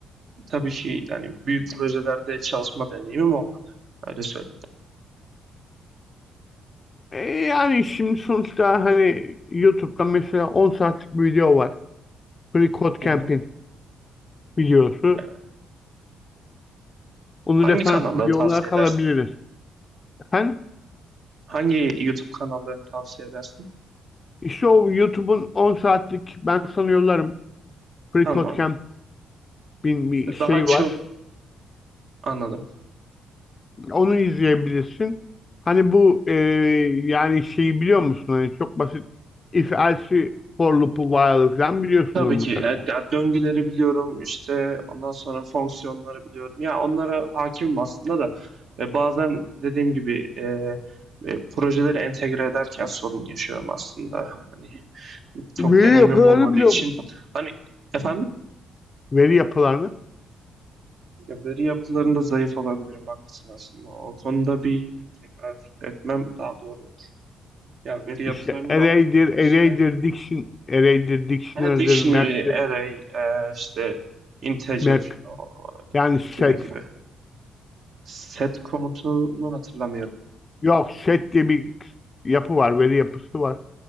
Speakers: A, on the right (about 60°); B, on the left (about 30°).
A: tabii ki yani büyük projelerde çalışma deneyimim olmadı. Öyle söyleyeyim.
B: E, yani şimdi sonuçta hani YouTube'da mesela 10 saatlik bir video var. Free Code
A: Hı
B: Camp'in
A: hı,
B: videosu.
A: evet.
B: Onu
A: Hangi
B: referans
A: kanalları
B: video
A: tavsiye
B: olarak
A: edersin?
B: alabiliriz. Efendim?
A: Hangi YouTube kanallarını tavsiye edersin?
B: İşte o YouTube'un 10 saatlik ben sana yollarım. Free
A: Tamam.
B: Code Camp'in bir şey
A: Daha çok
B: var.
A: anladım.
B: Onu izleyebilirsin. Hani bu e, yani şeyi biliyor musun? Hani çok basit if else for loop'u while'ı falan biliyorsunuz
A: Tabii
B: mutlaka.
A: ki. e, ya döngüleri biliyorum işte ondan sonra fonksiyonları biliyorum. Ya onlara hakimim aslında da e, bazen dediğim gibi e, e, projeleri entegre ederken sorun yaşıyorum aslında. Hani
B: Veri
A: çok deneyimim
B: yapılarını
A: olmadığı
B: biliyor
A: için
B: musun?
A: hani efendim
B: Veri yapılarını.
A: ya veri yapılarında zayıf olabilirim haklısın aslında. O konuda bir tekrar etmem daha doğru olur. Ya veri yapılarını
B: İşte array'dir,
A: da haklısın.
B: array'dir,
A: işte
B: diction, array'dir, dictionary'dir,
A: Ha, dictionary,
B: map'tir,
A: array, e, işte integer
B: map.
A: o,
B: Yani set.
A: gibi gibi. Set komutunu hatırlamıyorum.
B: Yok, set diye bir yapı var, veri yapısı var